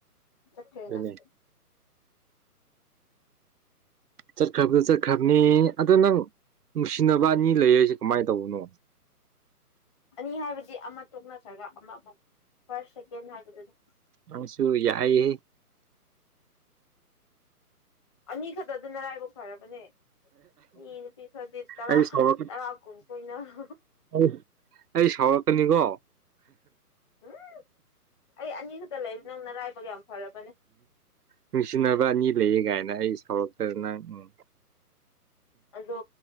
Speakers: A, on the left; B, on the right.
A: ꯆꯠꯈ꯭ꯔ‌ꯦꯅ
B: ꯑꯗꯨꯅꯦ
A: <inaudible>
B: ꯆꯠꯈ꯭ꯔꯕꯗ ꯆꯠꯈ꯭ꯔꯕꯅꯤ ꯑꯗꯣ ꯅꯪ ꯅꯨꯡꯁꯤꯅꯕ ꯑꯅꯤ ꯂꯩ ꯌ‌ꯦꯁꯦ ꯀꯃꯥꯏꯅ ꯇꯧꯕꯅꯣ
A: ꯃꯤ ꯍꯥꯏꯕꯗꯤ ꯑꯃ ꯇꯣꯛꯅꯈ꯭ꯔꯒ ꯑꯃꯃꯨꯛ ꯐꯥꯔꯁ ꯁꯦꯀꯦꯟ ꯍꯥꯏꯕꯗꯨꯅꯤ
B: ꯑꯁꯨꯨ ꯌꯥꯏꯌꯦ
A: ꯑꯅꯤ ꯈꯛꯇ ꯑꯗꯨ ꯅꯔꯥꯏꯕꯛ ꯐꯔꯕꯅꯦ ꯃꯤ ꯅꯨꯄꯤ ꯈꯔꯗꯤ ꯇꯔꯥ
B: ꯑꯩ ꯁꯥꯎꯔꯛꯀꯅꯤ
A: ꯇꯔꯥ ꯀꯨꯟ ꯀ‌ꯣꯏꯅꯔ
B: ꯑꯩ ꯑꯩ ꯁꯥꯎꯔꯛꯀꯅꯤꯀꯣ
A: ꯎꯝ ꯑꯩ ꯑꯅꯤ ꯈꯛꯇ ꯂꯩꯕ ꯅꯪ ꯅꯔꯥꯏꯕꯛ ꯌꯥꯝ ꯐꯔꯕꯅꯦ
B: ꯅꯨꯡꯁꯤꯅꯕ ꯑꯅꯤ ꯂꯩꯌꯦ ꯀꯥꯏꯅ ꯑꯩ ꯁꯥꯎꯔꯛꯇꯗ ꯅꯪ ꯎꯝ
A: ꯑꯗꯣ